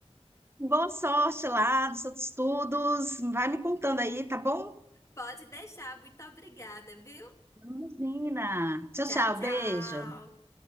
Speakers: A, on the right; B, on the left.
A: Boa sorte lá nos seus estudos. Vai me contando aí, tá bom?
B: Pode deixar. Muito obrigada, viu?
A: Imagina. Tchau,
B: Tchau,
A: tchau.
B: tchau.
A: Beijo.